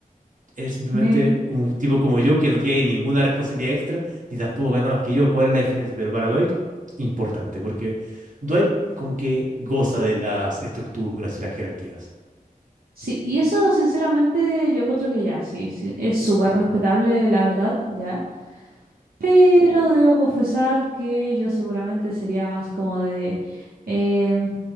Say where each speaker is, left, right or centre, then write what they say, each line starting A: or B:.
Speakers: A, on the right; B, on the right.
A: es simplemente
B: me...
A: un tipo como yo que no tiene ninguna responsabilidad extra, ni tampoco gana más que yo, ¿cuál es la diferencia? Pero para Dwight, importante, porque Dwight como que goza de las estructuras y las jerarquías.
B: Sí, y eso sinceramente yo encuentro que ya, sí, sí, es súper respetable, la verdad, ya. Pero debo confesar que yo seguramente sería más como de... em,